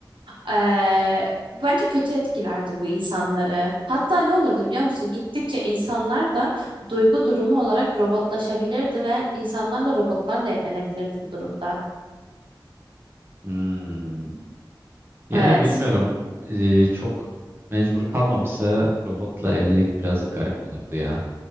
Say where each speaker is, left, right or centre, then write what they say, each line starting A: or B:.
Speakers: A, on the right; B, on the right.
A: Eee, bence kötü etkilerdi bu insanları. Hatta ne olurdu biliyor musun? Gittikçe insanlar da duygu durumu olarak robotlaşabilirdi ve insanlarla robotlar da evlenebilirdi bu durumda.
B: Hmm. Yani
A: Evet.
B: bilmiyorum Ee, çok mecbur kalmamışsa robotla evlilik biraz garip olurdu ya.